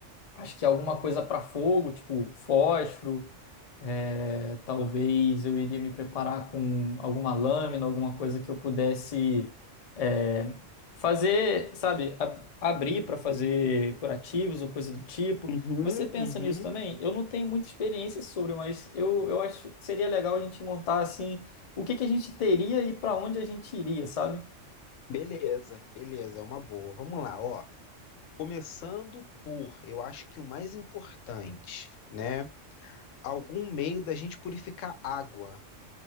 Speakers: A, on the left; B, on the left.
A: acho que alguma coisa para fogo, tipo fósforo é, talvez eu iria me preparar com alguma lâmina, alguma coisa que eu pudesse é, fazer, sabe, ab- abrir para fazer curativos ou coisa do tipo.
B: Uhum,
A: Você pensa
B: uhum.
A: nisso também? Eu não tenho muita experiência sobre, mas eu, eu acho que seria legal a gente montar assim o que que a gente teria e para onde a gente iria, sabe?
B: Beleza, beleza, é uma boa. Vamos lá, ó. Começando por, eu acho que o mais importante, né? Algum meio da gente purificar água.